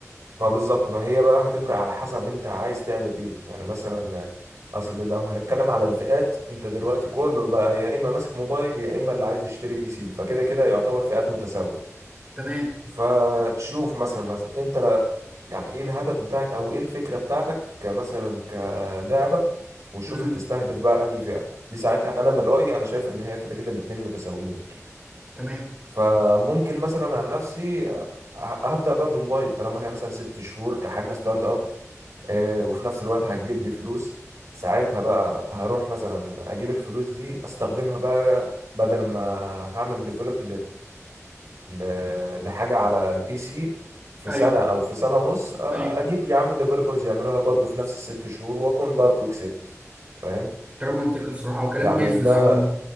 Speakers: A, on the right; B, on the right.
A: ما بالظبط ما هي بقى هتفرق على حسب انت عايز تعمل ايه يعني مثلا اصل لو هنتكلم على الفئات انت دلوقتي كله بقى يا اما ماسك موبايل يا اما اللي عايز يشتري بي سي فكده كده يعتبر فئات متساوية
B: تمام
A: فشوف مثلا مثلا انت يعني ايه الهدف بتاعك او ايه الفكرة بتاعتك كمثلا كلعبة وشوف
B: امم
A: هتستهدف بقى انهي فئة دي ساعتها انا من رأيي انا شايف ان هي كده كده الاتنين متساويين
B: تمام
A: فممكن مثلا عن نفسي ه- هبدأ بقى بموبايل طالما هي مثلا ست شهور كحاجة ستارت اب آه، وفي نفس الوقت هتجيب لي فلوس ساعتها بقى هروح مثلا اجيب الفلوس دي استخدمها بقى بدل ما هعمل ديفلوب ل- لحاجة على البي سي في
B: ايوه
A: سنة أو في سنة ونص آه،
B: ايوه
A: أجيب يا عم ديفلوبرز يعملوها برضو في نفس الست شهور وأكون برضو كسبت فاهم
B: كلام منطقي الصراحة وكلام
A: يعني
B: بيزنس
A: ده
B: عموما